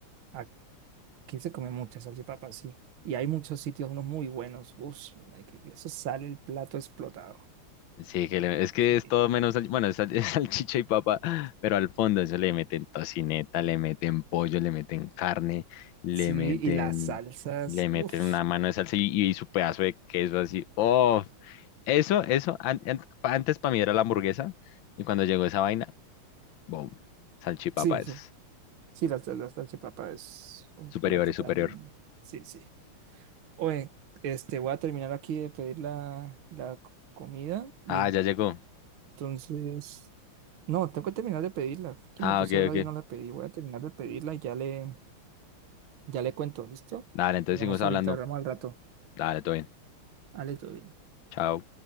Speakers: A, on the right; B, on the left.
A: Aquí se come muchas salchipapas, sí. Y hay muchos sitios, unos muy buenos. Uf, marica, que eso sale el plato explotado.
B: Sí, que le- es que
A: Sí,
B: es todo menos, sal- bueno, es, sal- <laughs> es salchicha y papa, pero al fondo eso le meten tocineta, le meten pollo, le meten carne, le
A: sí,
B: meten,
A: y las salsas,
B: le meten
A: uff
B: una mano de salsa y, y su pedazo de queso así. Oh, eso, eso, an- an- pa- antes para mí era la hamburguesa y cuando llegó esa vaina, boom, salchipapa
A: sí, sí,
B: es
A: sí, las, las salchipapas es un
B: superior,
A: plato
B: es
A: también.
B: superior.
A: Sí, sí. Oye, este, voy a terminar aquí de pedir la, la c- comida y
B: Ah, ya llegó.
A: entonces... No, tengo que terminar de pedirla. Que
B: Ah,
A: me puse
B: ok,
A: a hablar
B: ok.
A: y no la pedí. Voy a terminar de pedirla y ya le, ya le cuento, ¿listo?
B: Dale, entonces
A: Hablamos
B: seguimos hablando.
A: ahorita, hablamos al rato.
B: Dale, todo bien.
A: Ale, todo bien.
B: Chao.